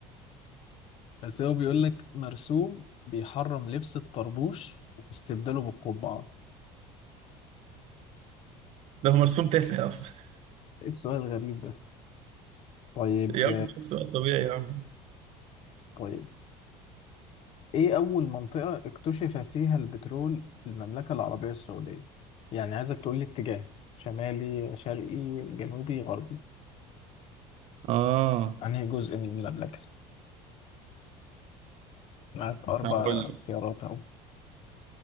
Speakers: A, on the left; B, on the right.
A: بس هو بيقول لك مرسوم بيحرم لبس الطربوش واستبداله بالقبعة
B: ده هو مرسوم تافه أصلا
A: ايه السؤال الغريب ده طيب
B: يا عم شوف سؤال طبيعي يا عم
A: طيب ايه اول منطقة اكتشف فيها البترول في المملكة العربية السعودية يعني عايزك تقول لي اتجاه شمالي شرقي جنوبي غربي
B: اه
A: انهي جزء من المملكة معاك اربع
B: هقول لك
A: اختيارات اهو